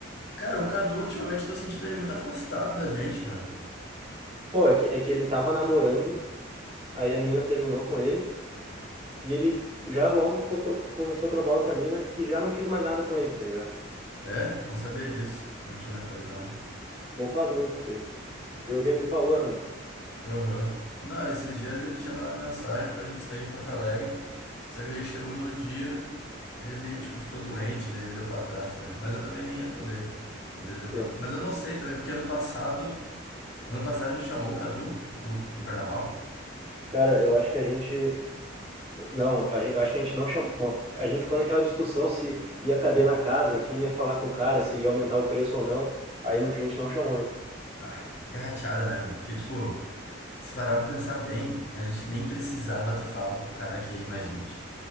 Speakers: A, on the left; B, on the right.
A: Cara, o Cadu ultimamente eu tô sentindo ele muito afastado da gente, meu.
B: Pô, é que, é que ele tava namorando, aí a mina terminou com ele. E ele já logo ficou, tro- começou a trovar outra mina que já não quis mais nada com ele, tá ligado?
A: É? Não sabia disso. Não tinha me atualizado.
B: Não faz muito isso aí. Pelo que ele me falou, né?
A: Aham. Não, esses dias ele tinha mandado mensagem pra gente sair em Porto Alegre. Só que daí chegou no dia, ele, tipo, ficou doente, daí ele deu pra trás, tá ligado? Mas eu também nem ia poder. Mas ele deu
B: Sim.
A: pra trás. Mas eu não sei também, porque ano passado, ano passado a gente chamou o Cadu pro, pro carnaval.
B: Cara, eu acho que a gente. Não, a gente, eu acho que a gente não chamou. A gente ficou naquela discussão se ia caber na casa, quem ia falar com o cara, se ele ia aumentar o preço ou não. Aí no fim a gente não chamou ele.
A: Ah, que rateada, né, meu? Porque, tipo, se parava pra pensar bem, a gente nem precisava ter falado pro cara que ia ir mais gente.